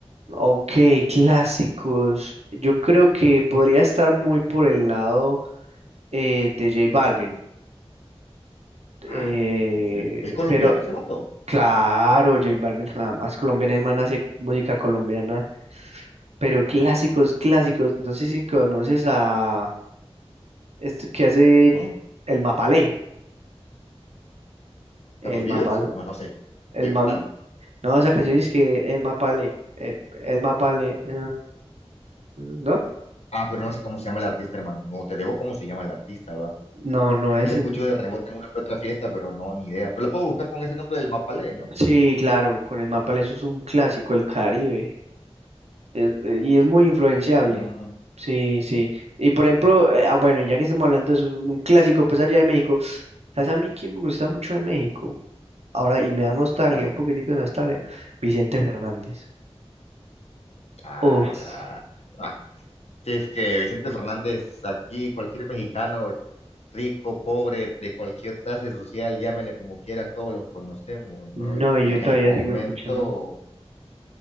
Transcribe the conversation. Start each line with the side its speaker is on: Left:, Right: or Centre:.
Right: ok, clásicos. Yo creo que podría estar muy por el lado eh, de J Balvin. Eh,
Left: Ah, sí, sí, sí. ¿Es colombiano
Right: pero
Left: ese vato?
Right: claro, J Balvin jamás colombiana, el man hace música colombiana. Pero clásicos, clásicos. No sé si conoces a este que hace
Left: ¿Mm?
Right: el Mapalé. El
Left: ¿Carlos Vives?
Right: Mapal,
Left: No, no sé.
Right: el,
Left: Estoy
Right: Ma-
Left: inventando.
Right: No, esa canción es que el mapale, eh, el mapale, ah, ¿no?
Left: Ah, pero no sé cómo se llama el artista, hermano. No, te debo cómo se llama el artista, va.
Right: No, no
Left: Sí,
Right: es
Left: le
Right: en...
Left: escucho de rebote en una que otra fiesta, pero no, ni idea. Pero lo puedo buscar con ese nombre del Mapalé, ¿no?
Right: Sí, claro, con el mapale eso es un clásico, el Caribe, es- eh, y es muy influenciable.
Left: Mm,
Right: Sí, sí. Y por ejemplo, eh, ah, bueno, y ya que estamos hablando de eso, un clásico, pues allá de México, ¿sabes a mí que me gusta mucho de México? Ahora, y me da nostalgia,
Left: ¿cuál?
Right: un poquitico de nostalgia, Vicente Fernández.
Left: Ah,
Right: Uf,
Left: ya. Ah, sí, es que Vicente Fernández, aquí cualquier mexicano rico, pobre, de cualquier clase social, llámele como quieras, todos los conocemos, ¿no?
Right: no, y
Left: Y
Right: yo
Left: en
Right: todavía
Left: el momento,
Right: sigo escuchando.